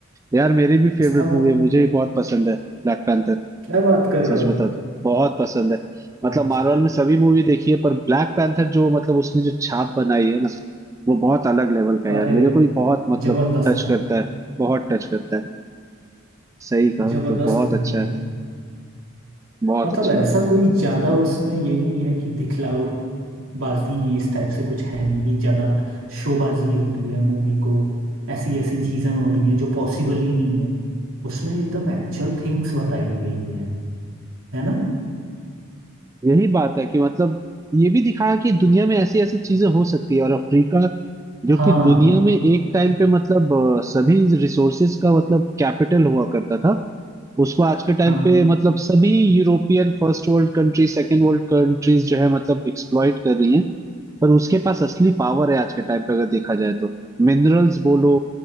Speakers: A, on the right; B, on the right.
A: यार मेरी भी
B: इसका
A: फेवरेट मूवी
B: मत
A: है मुझे भी बहुत पसंद है Black Panther
B: क्या बात कर रहे
A: सच
B: हो
A: बता तो बहुत पसंद है मतलब
B: अच्छा
A: मार्वल में सभी मूवी देखी है पर ब्लैक पैंथर जो मतलब उसने जो छाप बनाई है ना वो बहुत अलग लेवल का है
B: अरे
A: यार मेरे को ही बहुत मतलब
B: जबरदस्त
A: टच
B: है
A: करता है बहुत टच करता है सही कहूँ
B: जबरदस्त
A: तो बहुत
B: मूवी
A: अच्छा है
B: है
A: बहुत
B: मतलब
A: अच्छा
B: ऐसा
A: लगा था
B: कोई ज्यादा उसमें ये नहीं है कि दिखलावट बाजी इस टाइप से कुछ है नहीं कि ज्यादा शोबाजी हो रही है मूवी को ऐसी ऐसी चीजें हो रही हैं जो पॉसिबल ही नहीं है उसमें एकदम एक्चुअल थिंग्स बताई गई हैं है ना
A: यही बात है कि मतलब ये भी दिखाया कि दुनिया में ऐसी ऐसी चीजें हो सकती है और अफ्रीका जो
B: हाँ
A: कि दुनिया में एक टाइम पे मतलब अ, सभी रिसोर्सेज का मतलब कैपिटल हुआ करता था उसको आज के टाइम
B: हाँ
A: पे मतलब सभी European first world country second world countries जो है मतलब एक्सप्लॉइट कर रही हैं पर उसके पास असली पावर है आज के टाइम पे अगर देखा जाए तो मिनरल्स बोलो